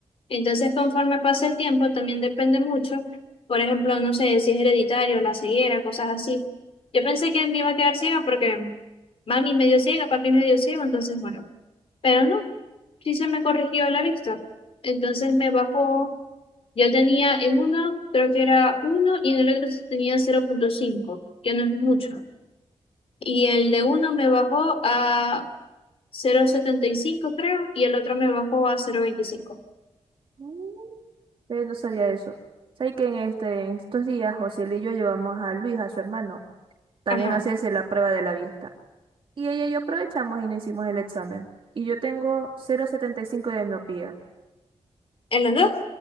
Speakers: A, on the left; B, on the right.
A: Entonces, conforme pasa el tiempo, también depende mucho. Por ejemplo, no sé si es hereditario, la ceguera, cosas así. Yo pensé que me iba a quedar ciega porque mami es medio ciega, papi es medio ciego, entonces bueno. Pero no, sí se me corrigió la vista. Entonces me bajó. Yo tenía en uno, creo que era uno, y en el otro tenía cero punto cinco, que no es mucho. Y el de uno me bajó a cero punto setenta y cinco creo, y el otro me bajó a cero punto veinticinco.
B: Mm, eh, no sabía eso. ¿Sabes que en, este, en estos días José y yo llevamos a Luis, a su hermano, también
A: Ajá.
B: a hacerse la prueba de la vista? Y ella y yo aprovechamos y nos hicimos el examen. Y yo tengo cero coma setenta y cinco de miopía.
A: En los dos